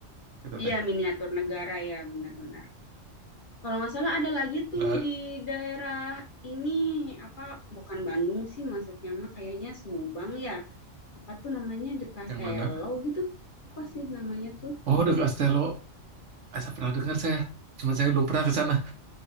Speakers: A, on the right; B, on the left.
A: gitu
B: iya
A: teh.
B: miniatur negara ya benar-benar kalau nggak salah ada lagi tuh
A: Enggak
B: di daerah ini apa bukan Bandung sih masuknya mah kayaknya Subang ya apa tuh namanya The Castello
A: yang mana?
B: gitu apa sih namanya tuh
A: Oh, The Castello. Ah, saya pernah dengar saya. Cuma saya belum pernah ke sana.